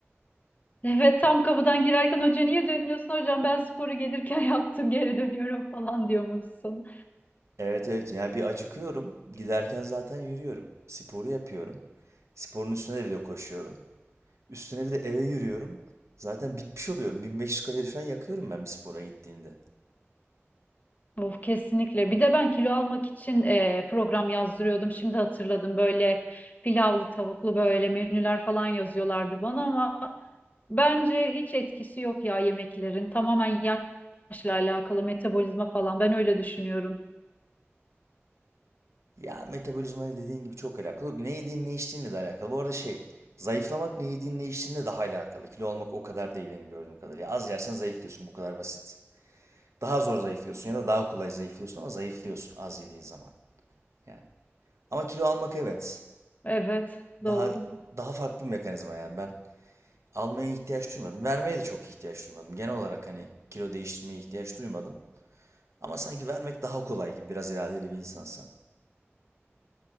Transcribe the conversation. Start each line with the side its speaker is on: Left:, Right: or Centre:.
Left: evet tam kapıdan girerken hoca niye dönüyorsun hocam ben sporu gelirken <laughs> yaptım geri dönüyorum falan diyormuşsun.
Right: Evet evet yani bir acıkıyorum. Giderken zaten yürüyorum. Sporu yapıyorum. Sporun üstüne de bir de koşuyorum. Üstüne bir de eve yürüyorum. Zaten bitmiş oluyorum. 1500 kalori falan yakıyorum ben bir spora gittiğimde.
Left: Of, kesinlikle. Bir de ben kilo almak için e, program yazdırıyordum. Şimdi hatırladım böyle pilavlı tavuklu böyle menüler falan yazıyorlardı bana ama bence hiç etkisi yok ya yemeklerin. Tamamen yaşla alakalı metabolizma falan. Ben öyle düşünüyorum.
Right: Ya metabolizma dediğin gibi çok alakalı. Ne yediğin ne içtiğinle de alakalı. Bu arada şey zayıflamak ne yediğin ne içtiğinle daha alakalı. Kilo almak o kadar değil benim gördüğüm kadarıyla. Az yersen zayıflıyorsun bu kadar basit. Daha zor zayıflıyorsun ya da daha kolay zayıflıyorsun ama zayıflıyorsun az yediğin zaman. Yani. Ama kilo almak evet.
Left: Evet, doğru.
Right: Daha daha farklı bir mekanizma yani ben almaya ihtiyaç duymadım. Vermeye de çok ihtiyaç duymadım. Genel olarak hani kilo değiştirmeye ihtiyaç duymadım. Ama sanki vermek daha kolay gibi biraz iradeli bir insansan.